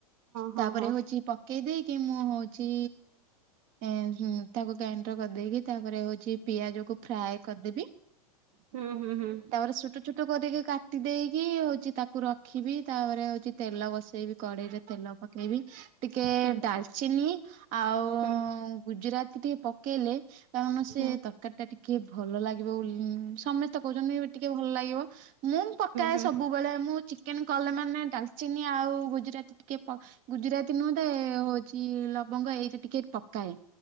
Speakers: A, on the right; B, on the right.
A: ହଁ
B: ତାପରେ
A: ହଁ।
B: ହଉଛି ପକେଇ ଦେଇ କି ମୁଁ ହଉଛି ଏ ତାକୁ ଗ୍ରାଇ କରିଦେଇକି ତାପରେ ହଉଛି ପିଆଜକୁ ଫ୍ରାଏ କରିଦେବି।
A: ହୁଁ ହୁଁ ହୁଁ।
B: ତାପରେ ଛଟ ଛୁଟ କରିକି କାଟ୍ କାଟି ଦେଇକି ହଉଛି ତାକୁ ରଖିବି ତାପରେ ହଉଛି ତେଲ ବସେଇବି କଡ଼େଇରେ ତେଲ ପକେଇବି। ଟିକେ
A: ହୁଁ
B: ଡାଲଚିନି। ଆଉ
A: ହୁଁ
B: ଗୁଜୁରାତି ଟିକେ ପକେଇଲେ, କାରଣ ସେ
A: ହୁଁ ହୁଁ
B: ତରକାରୀ ଟା ଟିକେ ଟିକିଏ ଭଲ ଲାଗିବ ବୋଲି ସମସ୍ତେ କହୁଛନ୍ତି ଟିକେ ଭଲ ଲାଗିବ ମୁଁ ପକାଏ
A: ହୁଁ
B: ସବୁ
A: ହୁଁ
B: ସବୁବେଳେ ମୁଁ ଚିକେନ୍ କଲା ମାନେ ଡାଲଚିନି ଆଉ ଗୁଜୁରାତି ଟିକେ ପ ଗୁଜୁରାତି ନୁହେଁ ତ ହଉଛି ଲବଙ୍ଗ ଏଇଟା ଟିକେ ପକାଏ।